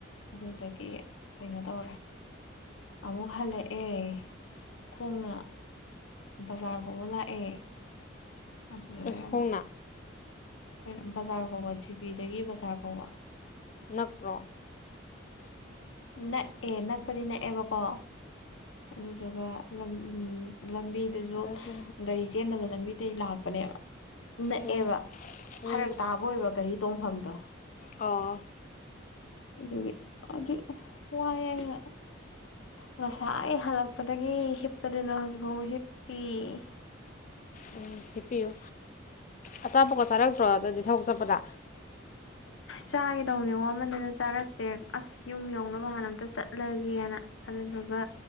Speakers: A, on the left; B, on the left.
A: ꯑꯗꯨꯗꯒꯤ ꯀꯩꯅꯣ ꯇꯧꯔꯦ ꯑꯃꯨꯛ ꯍꯜꯂꯛꯑꯦ ꯈꯣꯡꯅ ꯕꯖꯥꯔ ꯐꯥꯎꯕ ꯂꯥꯛ ꯑꯦ ꯃꯆꯨ ꯑꯌꯥꯢꯕ
B: ꯑꯦ ꯈꯣꯡꯅ
A: ꯀꯩꯅꯣ ꯕꯖꯥꯔ ꯐꯥꯎꯕ ꯖꯤꯄꯤꯗꯒꯤ ꯕꯖꯥꯔ ꯐꯥꯎꯕ
B: ꯅꯛꯄ꯭ꯔꯣ
A: ꯅꯛꯑꯦ ꯅꯛꯄꯗꯤ ꯅꯛꯑꯦꯕꯀꯣ ꯑꯗꯨꯗꯨꯒ ꯂꯝ ꯎꯝ ꯂꯝꯕꯤꯗꯨꯁꯨ
B: ꯐꯖꯅꯁꯨ
A: ꯒꯥꯔꯤ ꯆꯦꯟꯗꯕ ꯂꯝꯕꯤ ꯗꯤ ꯂꯥꯛꯄꯅꯦꯕ ꯅꯛꯑꯦꯕ
B: ꯎꯝ
A: ꯐꯔꯛ
B: ꯎꯝ
A: ꯇꯥꯕ ꯑꯣꯏꯕ ꯒꯔꯤ ꯇꯣꯡꯐꯝꯗꯣ
B: ꯑꯣ
A: ꯑꯗꯨꯗꯤ ꯑꯗꯨ ꯋꯥꯏ ꯑꯩꯅ ꯉꯁꯥꯏ ꯍꯜꯂꯛꯄꯗꯒꯤ ꯍꯤꯞꯄꯗꯨꯅ ꯍꯧꯖꯤꯛꯐꯥꯎꯕ ꯍꯤꯞꯄꯤ ꯑ
B: ꯑꯣ ꯍꯤꯄꯤꯌꯨ ꯑꯆꯥꯄꯣꯠꯀ ꯆꯥꯔꯛꯇ꯭ꯔꯣ ꯑꯥꯗꯗꯤ ꯊꯧ ꯆꯠꯄꯗ
A: ꯆꯥꯒꯦ ꯇꯧꯅꯦ ꯋꯥꯃꯟꯗꯅ ꯆꯥꯔꯛꯇꯦ ꯑꯁ ꯌꯨꯝ ꯌꯧꯅꯕ ꯍꯥꯟꯅ ꯑꯝꯇ ꯆꯠꯂꯖꯦꯅ ꯑꯗꯨꯗꯨꯒ